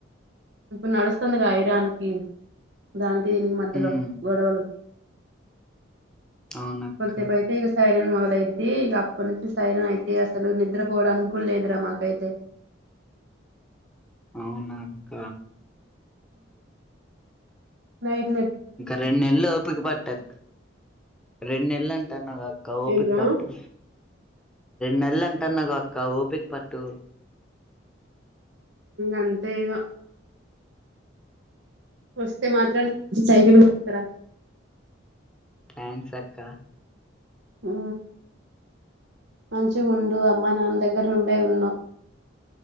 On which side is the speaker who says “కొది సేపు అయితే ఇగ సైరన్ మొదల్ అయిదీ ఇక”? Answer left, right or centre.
Right